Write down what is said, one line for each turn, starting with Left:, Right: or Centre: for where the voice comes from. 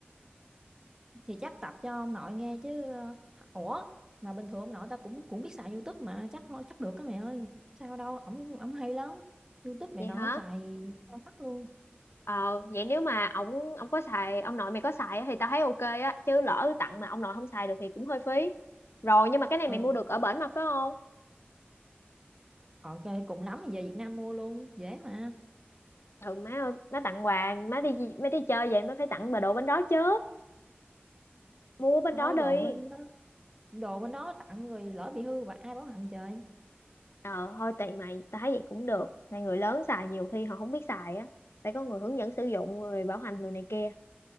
Right: thì chắc tập cho ông nội nghe chứ ờ, ủa mà bình thường ông nội tao cũng cũng biết xài YouTube mà chắc thôi chắc được cái mẹ ơi. Sao đâu, ổng ổng hay lắm. YouTube này
Left: vậy
Right: nó
Left: hả
Right: ổng xài cao phát luôn.
Left: ờ vậy nếu mà ông ông có xài ông nội mày có xài á thì tao thấy ok á chứ lỡ tặng mà ông nội không xài được thì cũng hơi phí rồi nhưng mà cái này
Right: Ừ,
Left: mày mua được ở bển mà phải không
Right: còn chơi cùng lắm thì về Việt Nam mua luôn, dễ mà.
Left: thường má ơi má tặng quà má đi má đi chơi vậy má phải tặng bà đồ bên đó chứ mua bên
Right: Thôi
Left: đó đi
Right: đồ bên đó, đồ bên đó tặng rồi lỡ bị hư và ai bảo hành trời.
Left: ờ thôi tùy mày tao thấy vậy cũng được này người lớn xài nhiều khi họ không biết xài á phải có người hướng dẫn sử dụng người bảo hành đồ này kia